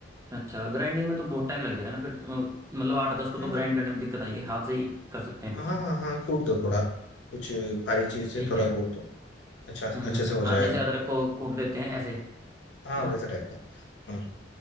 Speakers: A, on the right; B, on the left.
A: अच्छा ग्राइंडिंग में तो बहुत टाइम लग जाएगा ना फिर अ, मतलब आठ दस को
B: हाँ
A: तो ग्राइंड करने में दिक्कत आएगी हाथ से ही कर सकते हैं फिर
B: हाँ
A: तो
B: हाँ हाँ कूट दो थोड़ा कुछ भारी चीज से
A: ठीक
B: थोड़ा
A: है
B: कूट दो अच्छा अच्छे
A: हम्म हम्म
B: से हो जाएगा
A: हाँ जैसे अदरक को कूट देते हैं ऐसे
B: हाँ
A: है ना
B: वैसा टाइप का हाँ